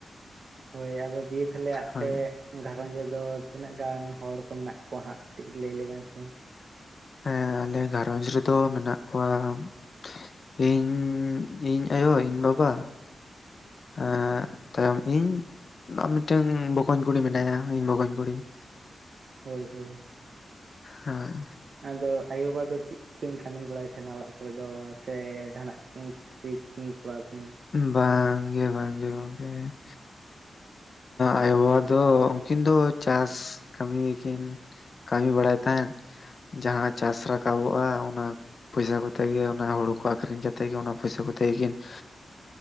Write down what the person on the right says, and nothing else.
ᱦᱳᱭ ᱟᱫᱚ ᱫᱤᱭᱮ ᱛᱟᱦᱚᱞᱮ ᱟᱯᱮ
᱾ ᱜᱷᱟᱨᱚᱧᱡᱽ ᱨᱮᱫᱚ ᱛᱤᱱᱟᱹᱜ ᱜᱟᱱ ᱦᱚᱲ ᱠᱚ ᱢᱮᱱᱟᱜ ᱠᱚᱣᱟ ᱦᱟᱸᱜ ᱠᱟᱹᱴᱤᱡ ᱞᱟᱹᱭ ᱞᱮᱵᱮᱱ ᱥᱮ?
ᱦᱳᱭ ᱦᱳᱭ ᱾
ᱟᱫᱚ ᱟᱭᱳ ᱵᱟᱵᱟ ᱫᱚ ᱪᱮᱫ ᱠᱚᱠᱤᱱ ᱠᱟᱹᱢᱤ ᱵᱟᱲᱟᱭ ᱛᱟᱦᱮᱱᱟ ᱚᱲᱟᱜ ᱠᱚᱨᱮ ᱫᱚ ᱥᱮ ᱡᱟᱦᱱᱟᱜ ᱠᱤᱱ ᱠᱤᱱ ᱠᱚᱨᱟᱣ ᱛᱟᱦᱮᱱᱟ?